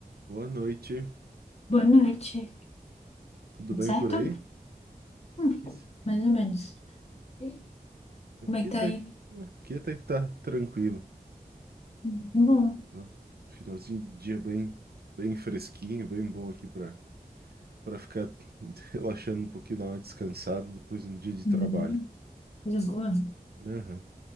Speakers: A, on the right (about 85°); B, on the left (about 40°).
A: Boa noite,
B: Boa noite,
A: tudo
B: tudo
A: bem
B: certo?
A: por aí?
B: Hum,
A: Aqui,
B: mais ou menos. E
A: aqui
B: Como é que tá
A: até,
B: aí?
A: aqui até que tá tranquilo.
B: Hum, Bom,
A: tá? Finalzinho de dia bem, bem fresquinho, bem bom aqui para para ficar <laughs> relaxando um pouquinho, dar uma descansada depois de um dia de trabalho.
B: Hum, coisa boa.
A: né? Aham.